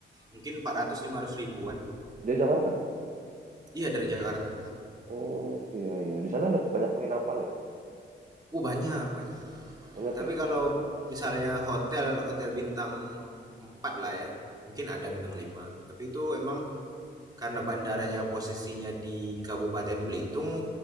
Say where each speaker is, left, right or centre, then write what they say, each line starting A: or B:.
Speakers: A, on the right; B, on the right.
A: mungkin 400 500 ribuan.
B: Dia Jakarta?
A: Iya dari Jakarta.
B: Oh iya, iya. Di sana ada banyak penginapan nggak?
A: Uh banyak banyak.
B: Banyak
A: Tapi
B: ya?
A: kalau misalnya hotel hotel bintang 4 lah ya. Mungkin ada bintang 5. Tapi itu emang karena bandaranya posisinya di Kabupaten Belitung